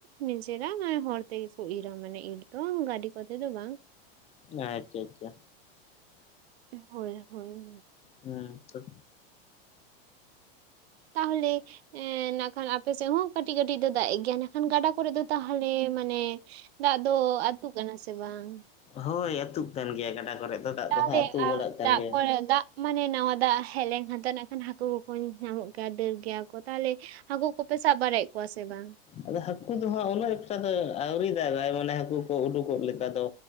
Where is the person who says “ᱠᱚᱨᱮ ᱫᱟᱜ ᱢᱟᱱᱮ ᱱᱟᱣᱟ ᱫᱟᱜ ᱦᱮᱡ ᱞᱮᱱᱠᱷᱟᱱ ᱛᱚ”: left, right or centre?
Right